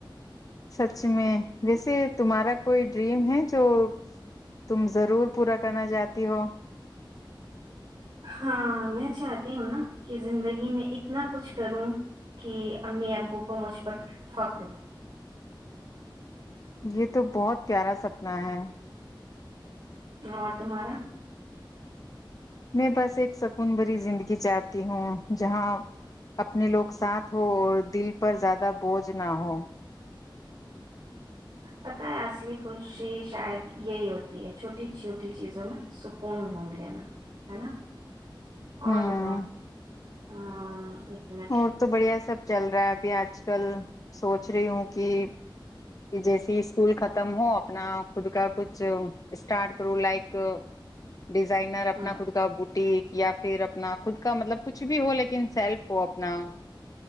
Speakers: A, on the left (about 45°); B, on the right (about 65°).
A: سچ میں ویسے تمہارا کوئی ڈریم ہے جو تم ضرور پورا کرنا چاہتی ہو
B: ہاں میں چاہتی ہوں نا کہ زندگی میں اتنا کچھ کروں کہ امی ابو کو مجھ پر فخر ہو
A: یہ تو بہت پیارا سپنا ہے
B: اور تمارا
A: میں بس ایک سکون بری زندگی چاہتی ہوں جہاں اپنے لوگ ساتھ ہو اور دل پر زیادہ بوجھ نہ ہو
B: پت ہے اصلی خوشی شاید یہی ہوتی ہے چھوٹی چھوٹی چیزوں میں سکون ڈھونڈ لینا ہے نا اور
A: ہوں
B: بتاؤ ہاں منٹ
A: اور تو بڑھیا سب چل رہا ہے ابھی آج کل سوچ رہی ہوں کہ کہ جیسے اسکول ختم ہو اپنا خود کا کچھ اسٹارٹ کروں لائک ڈیزائنر اپنا
B: ہوں
A: خود کا بٹ ٹیک یا پھر اپنا خود کا مطلب کچھ بھی ہو لیکن سیلف ہو اپنا